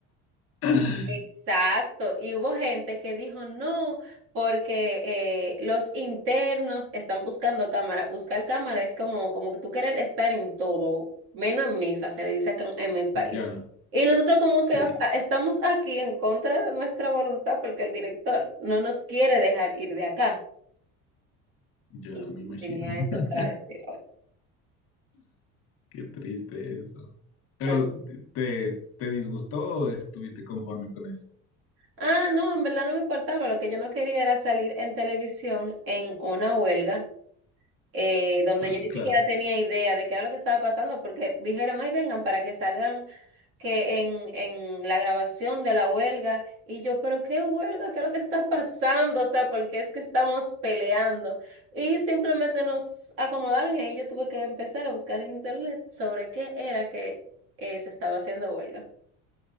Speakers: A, on the left (about 45°); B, on the right (about 40°).
A: <laughs>
B: Exacto, y hubo gente que dijo no, porque eh, los internos están buscando cámara. Buscar cámara es como, como que tú quieres estar en todo, menos en misa, se le dice acá en, en mi país.
A: Ya,
B: Y nosotros como
A: sí,
B: que ah, estamos aquí en contra de nuestra voluntad porque el director no nos quiere dejar ir de acá.
A: ya
B: Y
A: me imagino.
B: tenía eso
A: <laughs>
B: para decir hoy.
A: Qué triste eso. ¿Pero
B: Bueno,
A: te, te disgustó o estuviste conforme con eso?
B: ah, no, en verdad no me importaba, lo que yo no quería era salir en televisión en una huelga eh, donde
A: Ah,
B: yo ni siquiera
A: claro.
B: tenía idea de qué era lo que estaba pasando, porque dijeron, ay, vengan para que salgan que en, en la grabación de la huelga, y yo, pero qué huelga, qué es lo que está pasando, o sea, porque es que estamos peleando. Y simplemente nos acomodaron y ahí yo tuve que empezar a buscar en internet sobre qué era que eh, se estaba haciendo huelga.